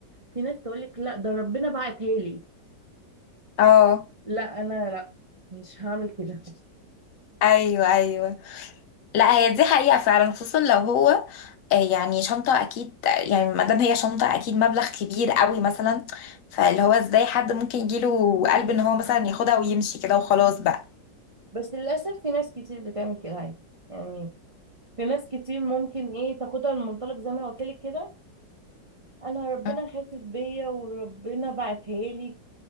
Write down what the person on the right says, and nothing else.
في ناس تقول لك لا ده ربنا بعتها لي
لا انا لا مش هعمل كده
بس للأسف في ناس كتير بتعمل كده عادي. يعني في ناس كتير ممكن ايه تاخدها من منطلق زي ما انا قلت لك كده انا ربنا
حاسس بيا وربنا بعتها لي